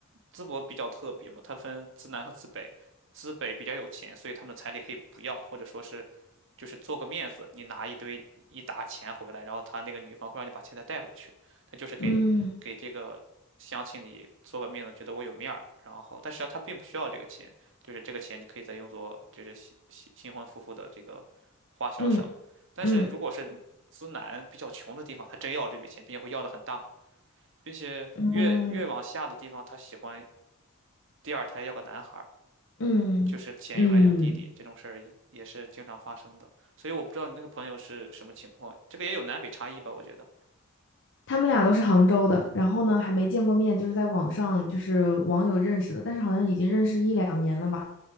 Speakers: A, on the right (about 60°); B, on the left (about 55°).
A: 淄博比较特别嘛，它分淄南和淄北，淄北比较有钱，所以他们的彩礼可以不要，或者说是就是做个面子，你拿一堆一沓钱回来，然后他那个女方会让你把钱再带回去，他就是给给这个乡亲里做个面子，
B: 嗯
A: 觉得我有面儿，然后但实际上他并不需要这个钱，就是这个钱你可以再用作就是新新新婚夫妇的这个花销上，
B: 嗯
A: 但是如果是资南比较穷的地方，
B: 嗯
A: 他真要这笔钱，并且会要的很大，并且越越往下的地方，
B: 嗯
A: 他喜欢第二胎要个男孩儿，
B: 嗯嗯，
A: 就是钱用来养弟弟，这种事儿也是经常发生的。所以我不知道你那个朋友是什么情况，这个也有南北差异吧？我觉得
B: 他们俩都是杭州的，然后呢还没见过面，就是在网上就是网友认识的，但是好像已经认识一两年了吧。